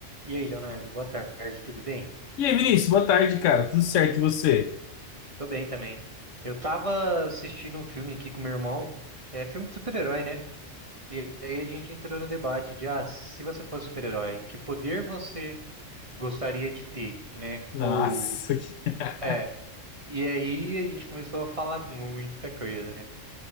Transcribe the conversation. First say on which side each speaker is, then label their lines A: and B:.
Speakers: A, on the right; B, on the left.
A: E aí, Leonardo, boa tarde, tudo bem?
B: E aí, Vinícius, boa tarde, cara. Tudo certo e você?
A: Tô bem também. Eu tava assistindo um filme aqui com meu irmão, é filme de super-herói, né? E aí a gente entrou no debate de, ah, se você fosse super-herói, que poder você gostaria de ter, né?
B: Nossa,
A: Ou,
B: que- <laughs>
A: é, e aí a gente começou a falar muita coisa, né?